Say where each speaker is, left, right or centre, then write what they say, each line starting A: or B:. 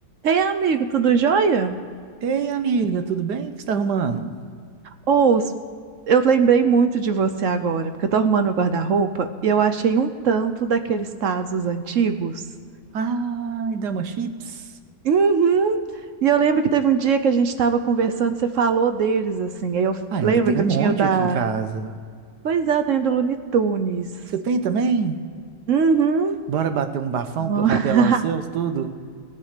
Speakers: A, on the right; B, on the right.
A: Ei, amigo, tudo jóia?
B: Ei, amiga, tudo bem? O que você está arrumando?
A: Ou, eu lembrei muito de você agora, porque eu tô arrumando meu guarda-roupa e eu achei um tanto daqueles tazos antigos.
B: Ai, Dama Chips.
A: Uhum. E eu lembro que teve um dia que a gente tava conversando, você falou deles, assim. Aí eu
B: Ah, ainda
A: lembro
B: tem
A: que
B: um
A: eu
B: monte
A: tinha o da.
B: aqui em casa.
A: Pois é, eu tenho do Looney Tunes.
B: Você tem também?
A: Uhum.
B: Bora bater um bafão
A: <laughs>
B: pra eu rapelar os seus, tudo?